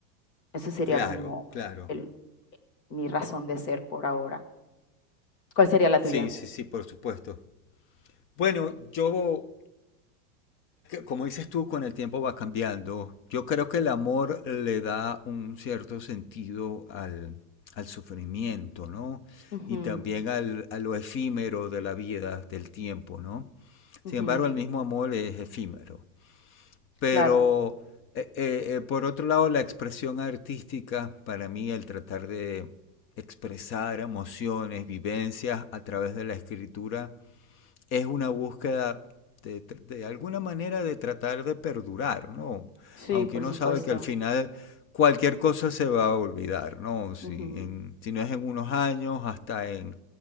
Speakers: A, on the left (about 50°); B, on the left (about 25°).
A: eso sería
B: claro,
A: como
B: claro.
A: el, mi razón de ser por ahora. ¿Cuál sería la tuya?
B: Sí, sí, sí, por supuesto. Bueno, yo como dices tú, con el tiempo va cambiando. Yo creo que el amor le da un cierto sentido al, al sufrimiento, ¿no?
A: Ujú,
B: Y también al, a lo efímero de la vida, del tiempo, ¿no?
A: ujú,
B: Sin embargo, el mismo amor es efímero. Pero,
A: claro,
B: eh, eh, eh, por otro lado, la expresión artística, para mí, el tratar de expresar emociones, vivencias a través de la escritura, es una búsqueda de, de, alguna manera de tratar de perdurar, ¿no?
A: sí,
B: Aunque
A: por
B: uno
A: supuesto.
B: sabe que al final cualquier cosa se va a olvidar, ¿no? Si,
A: Ujú,
B: en, si no es en unos años, hasta en,